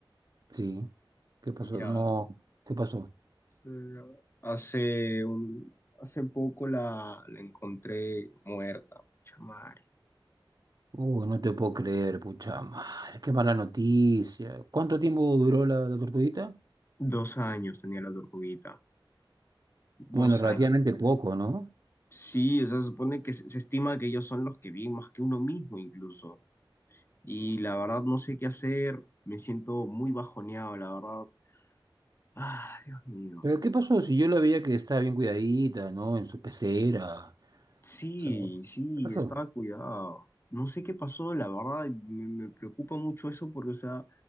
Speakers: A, on the right; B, on the left.
A: Sí, ¿qué pasó?
B: Ya,
A: No, ¿qué pasó?
B: eh, hace un... hace poco la, la encontré muerta. Pucha madre.
A: Uy, no te puedo creer, pucha madre. Qué mala noticia. ¿Cuánto tiempo duró la, la tortuguita?
B: Dos años tenía la tortuguita. Dos
A: Bueno, relativamente
B: años.
A: poco, ¿no?
B: Sí, o sea, se supone que se, se estima que ellos son los que viven más que uno mismo incluso. y la verdad no sé qué hacer, me siento muy bajoneado, la verdad. Ah, Dios mío.
A: Pero ¿qué pasó? Si yo la veía que estaba bien cuidadita, ¿no? En su pecera.
B: Sí,
A: O sea,
B: sí,
A: ¿qué pasó?
B: estaba cuidado. No sé qué pasó, la verdad, me, me preocupa mucho eso porque, o sea,